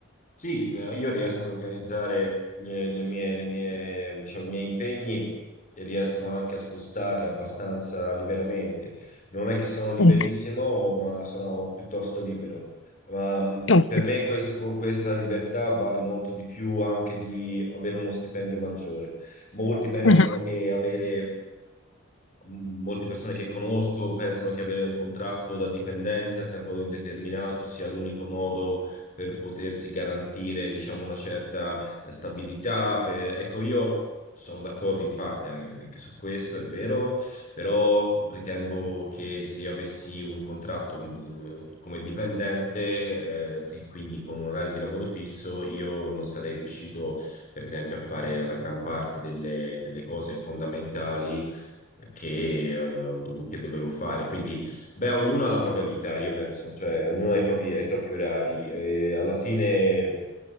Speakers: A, on the left; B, on the left.
A: Sì, eh, io riesco ad organizzare le, le mie, le mie- diciamo, i miei impegni e riesco anche a spostarli abbastanza liberamente. Non è che sono liberissimo,
B: Ok.
A: ma sono piuttosto libero. Ma, mh,
B: Ok.
A: per me questa, questa libertà vale molto di più anche di avere uno stipendio maggiore. Molti pensano
B: Mhm.
A: che avere m- molte persone che conosco pensano che avere un contratto da dipendente a tempo indeterminato sia l'unico modo per potersi garantire, diciamo, una certa eh, stabilità. per- Ecco, io sono d'accordo in parte anche, anche su questo, è vero, però ritengo che se io avessi un contratto eh, come dipendente, eh, di- quindi con un orario di lavoro fisso, io non sarei riuscito per esempio, a fare la gran parte delle, delle cose fondamentali che, eh, dov- che dovevo fare. Quindi, beh, ognuno ha la propria vita, io penso, cioè ognuno ha i propri, ha i propri orari. E alla fine